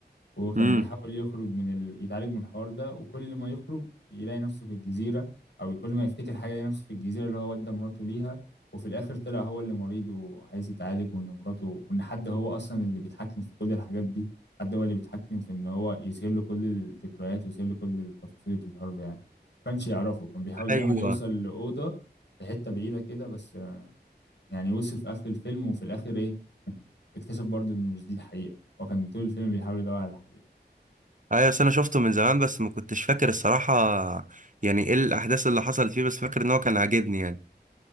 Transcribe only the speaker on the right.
امم
ايوه
ايوه بس انا شفته من زمان بس ما كنتش فاكر الصراحه يعني ايه الاحداث اللي حصلت فيه بس فاكر ان هو كان عاجبني يعني